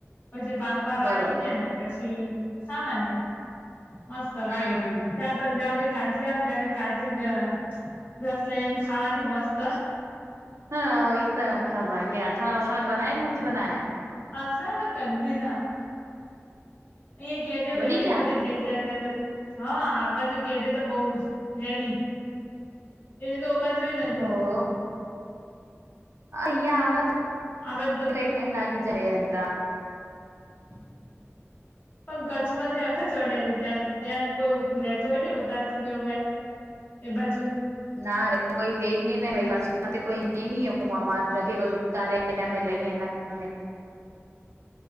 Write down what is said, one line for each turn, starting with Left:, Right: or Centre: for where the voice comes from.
Left: પછી, પાક વાર
Right: બરોબર
Left: રાખી દે ને પછી, ખાવાની. મસ્ત
Right: હમ
Left: લાગે,
Right: હમ
Left: ખે તો જા કાચી આવને, ત્યારે કાચી જ અ રસ લઈને ખાવાની મસ્ત.
Right: હા, એ તો ખરા ગયા, અથાણા વાથણા બનાયા કે નથી, બનાયા?
Left: અથાણાતો કદીના અહીયાં કેરીઓ
Right: બની
Left: વહેલી
Right: ગયા
Left: મોટી થઈ, જાય તો એ બધી હા, બાજુ કેરીઓ, તો બહુ જ વહેલી એવી તો ઓ બાજુય એય નથી.
Right: ઓહો અહિયાં આવતા કઈ,
Left: આ બાજુ તો
Right: ટાઈમ લાગી જ્યારે. <unintelligible>
Left: પણ કચ્છમાંથી આખત જડે હતી, ત્યાં ત્યાં કોઈ લેતો હોય, નઈ ઉતારતું કે એવું કાઈ એ બાજુ
Right: ના રે કોઈ, હે જ નઈ, ને પાછુ કોઈ હે નઈ હું, અમારે તારે ને આમે ને અહીંયા, ના અમે